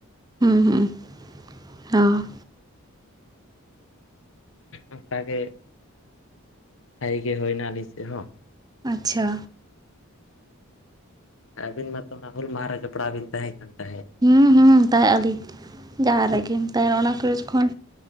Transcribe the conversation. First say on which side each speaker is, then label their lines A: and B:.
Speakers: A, on the right; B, on the left.
A: ᱦᱩᱸ ᱦᱚᱸ᱾
B: ᱚᱝᱠᱟᱜᱮ ᱵᱷᱟᱜᱮ ᱜᱮ ᱦᱳᱭᱱᱟ ᱟᱹᱞᱤᱧ ᱥᱮᱜ ᱦᱚᱸ᱾
A: ᱟᱪᱪᱷᱟ᱾
B: ᱟᱹᱵᱤᱱ ᱢᱟᱛᱚ ᱚᱱᱟ ᱦᱩᱞ ᱢᱟᱦᱟᱨ ᱨᱮ ᱡᱚᱯᱲᱟᱣ ᱵᱤᱱ ᱛᱟᱦᱮᱸ ᱠᱟᱱ ᱛᱟᱦᱮᱸᱫ᱾
A: ᱦᱩᱸ ᱦᱩᱸ ᱛᱟᱦᱮᱸ ᱟᱹᱞᱤᱧ ᱡᱟᱦᱟᱸ ᱨᱮᱜᱮᱢ ᱛᱟᱦᱮᱱᱟ ᱚᱱᱟ ᱠᱚᱞᱮᱡᱽ ᱠᱷᱚᱱ᱾